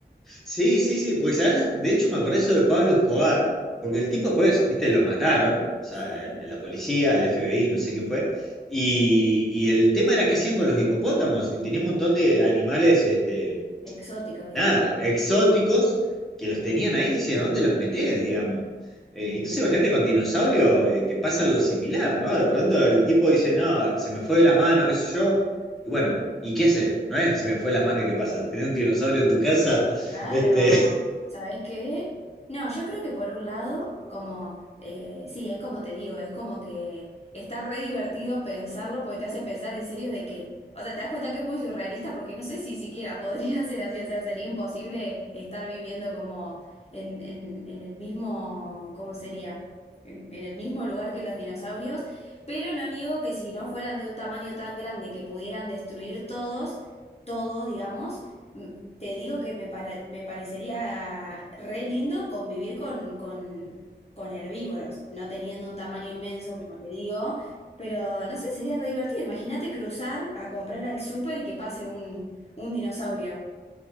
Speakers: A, in the centre; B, on the left (about 35°).
A: Sí, sí, sí, porque ¿sabes? de hecho me acordé eso de Pablo Escobar, porque el tipo después, viste, lo mataron, o sea,
B: Sí.
A: el- la policía, el FBI, no sé quién fue, y, y el tema era qué hacían con los hipopótamos, y tenía un montón de animales, este,
B: Exóticos, digamos.
A: nada, exóticos, que los tenían ahí, y decía, ¿dónde los metés, digamos? Eh, entonces imagínate con dinosaurio eh, que pasa algo similar, ¿no? De pronto el tipo dice, no, se me fue de las manos, qué sé yo, y bueno, ¿y qué haces? ¿No es? Se me fue de las manos, ¿y ¿qué pasa? ¿Tener un dinosaurio en tu casa? <laughs>
B: Claro,
A: Este,
B: ¿sabes qué? No, yo creo que por un lado, como, eh, sí, es como te digo, es como que está re divertido pensarlo porque te hace pensar en serio de que, o sea, te das cuenta que es muy surrealista porque no sé si siquiera podría <laughs> ser así, o sea, sería imposible estar viviendo como en, en, en el mismo, ¿cómo sería? En, en el mismo lugar que los dinosaurios, pero no niego que si no fueran de un tamaño tan grande que pudieran destruir todos, todo, digamos. Mm, Te digo que me, para- me parecería re lindo convivir con, con, con herbívoros, no teniendo un tamaño inmenso, como te digo, pero no sé, sería re divertido. Imagínate cruzar a comprar al súper y que pase un, un dinosaurio.